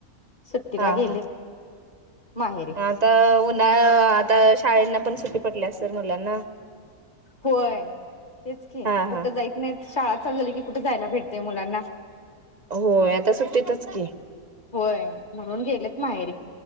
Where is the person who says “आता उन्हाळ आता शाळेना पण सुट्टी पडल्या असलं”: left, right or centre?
Right